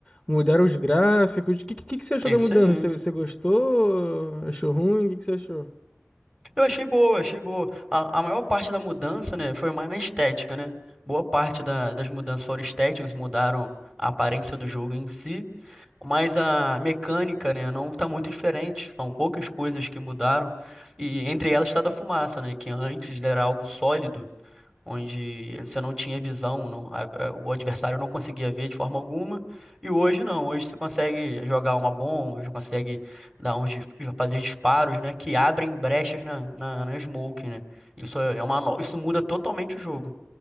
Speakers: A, in the centre; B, on the right.
A: Mudaram os gráficos. O que, que, que você achou
B: É
A: da
B: isso
A: mudança?
B: aí.
A: Você, você gostou? Achou ruim? O que, que você achou?
B: Eu achei boa, achei boa. A, a maior parte da mudança, né, foi mais na estética, né? Boa parte da- das mudanças foram estéticas, mudaram a aparência do jogo em si, mas a mecânica, né, não tá muito diferente. São poucas coisas que mudaram, e entre elas está da fumaça, né, que antes era algo sólido onde você não tinha visão, não- a- a- o adversário não conseguia ver de forma alguma, e hoje não, hoje você consegue jogar uma bomba, você consegue dar uns, dis- fazer disparos, né, que abrem brechas na, na, na smoke, né? Isso é é uma, no- isso muda totalmente o jogo.